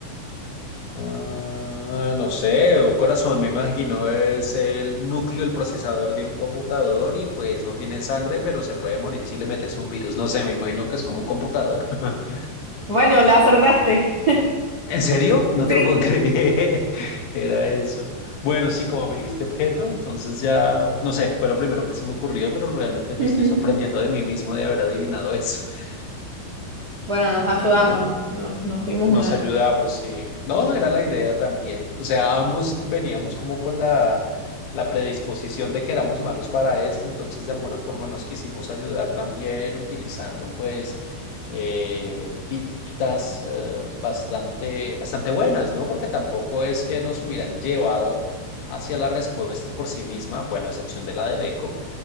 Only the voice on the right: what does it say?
Bueno, le acertaste.
Sí.
<laughs>
Bueno,
nos ayudamos, nos, nos- nos dimos
una.